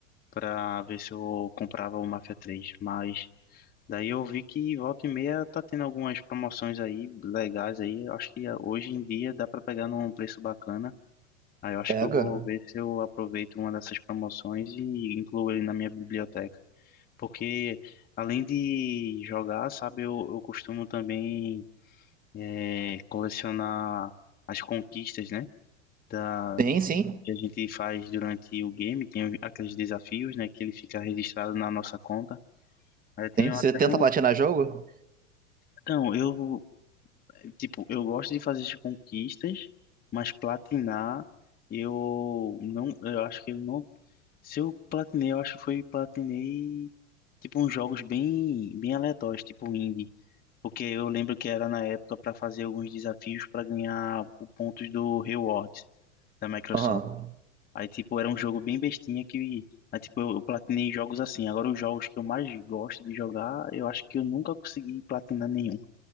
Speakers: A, on the left; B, on the right.
A: pra ver se eu comprava o Mafia três Mas daí eu vi que volta e meia tá tendo algumas promoções aí legais aí. Eu acho que hoje em dia dá pra pegar num preço bacana. Ah, eu acho
B: Pega.
A: que eu vou ver se eu aproveito uma dessas promoções e incluo ele na minha biblioteca. Porque além de jogar, sabe, eu, eu costumo também eh, colecionar as conquistas, né? Da,
B: Sim, sim.
A: que a gente faz durante o game, tem aqueles desafios, né? Que ele fica registrado na nossa conta. Aí eu tenho
B: Sim. Você
A: até
B: tenta
A: um.
B: platinar jogo?
A: Então, eu Tipo, eu gosto de fazer as conquistas, mas platinar, eu não, eu acho que eu não, se eu platinei, eu acho que foi platinei tipo uns jogos bem, bem aleatórios, tipo indie, porque eu lembro que era na época para fazer alguns desafios para ganhar o pontos do rewards da Microsoft.
B: Aham.
A: Aí tipo era um jogo bem bestinha que, aí tipo eu, eu platinei jogos assim. Agora os jogos que eu mais gosto de jogar, eu acho que eu nunca consegui platinar nenhum